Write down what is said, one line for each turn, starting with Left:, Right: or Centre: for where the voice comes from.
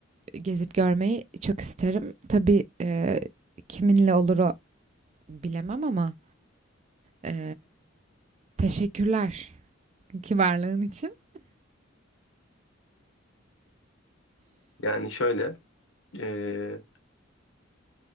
Right: gezip görmeyi çok isterim. Tabii e, kiminle olur o bilemem ama e, teşekkürler ki varlığın için.
Left: Yani şöyle, ee,